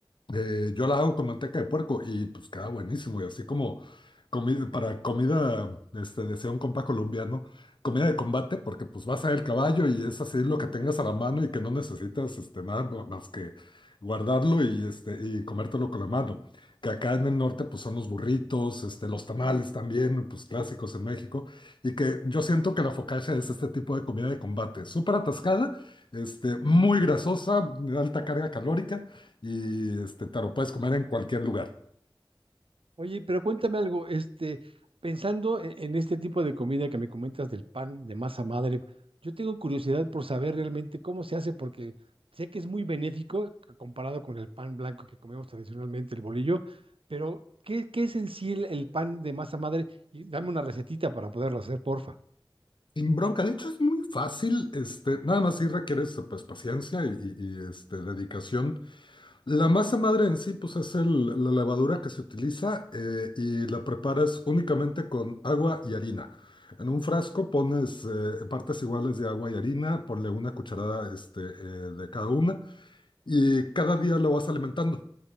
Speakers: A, on the left (about 60°); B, on the right (about 85°).
A: Eh, yo la hago con manteca de puerco y pues queda buenísimo. Y así como comi- para comida, este, decía un compa colombiano, comida de combate, porque pues vas a el caballo y es así lo que tengas a la mano y que no necesitas este, nada ma- más que guardarlo y, este, y comértelo con la mano. Que acá en el norte pues son los burritos, este, los tamales también, pues clásicos en México. Y que yo siento que la focaccia es este tipo de comida de combate, súper atascada, este, muy grasosa, de alta carga calórica y este, te lo puedes comer en cualquier lugar.
B: Oye, pero cuéntame algo, este, pensando e- en este tipo de comida que me comentas del pan de masa madre, yo tengo curiosidad por saber realmente cómo se hace, porque sé que es muy benéfico c- comparado con el pan blanco que comemos tradicionalmente, el bolillo, pero ¿qué, qué es en sí el, el pan de masa madre? Y dame una recetita para poderlo hacer, porfa.
A: Sin bronca, de hecho es muy fácil, este, nada más sí requieres eh, pues paciencia y, y- y, este, dedicación. La masa madre en sí pues es el- la levadura que se utiliza eh, y la preparas únicamente con agua y harina. En un frasco pones eh, partes iguales de agua y harina, ponle una cucharada este, eh, de cada una y cada día lo vas alimentando.